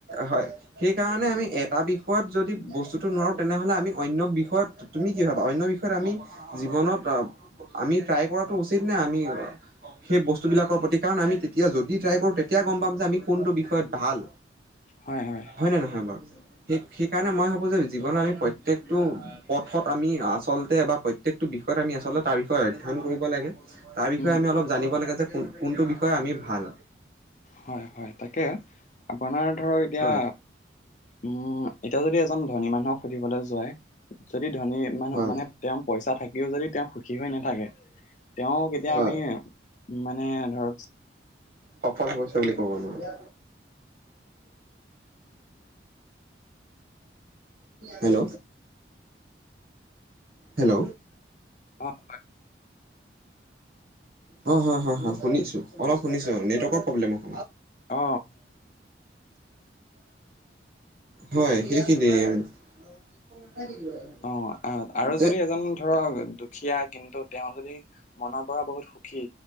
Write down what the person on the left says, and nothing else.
হয়, হয়।
উম,
হয় হয় তাকে আপোনাৰ ধৰক এতিয়া
উম, এতিয়া যদি এজন ধনী মানুহক সুধিবলৈ যায় যদি ধনী মানুহ
মানে তেওঁৰ পইচা থাকিও যদি তেওঁ সুখী হৈ নাথাকে। তেওঁক এতিয়া
আমি মানে ধৰক
অ',
অ',
অ আ আৰু
যদি এজন ধৰক দুখীয়া কিন্তু তেওঁ যদি মনৰ পৰা বহুত সুখী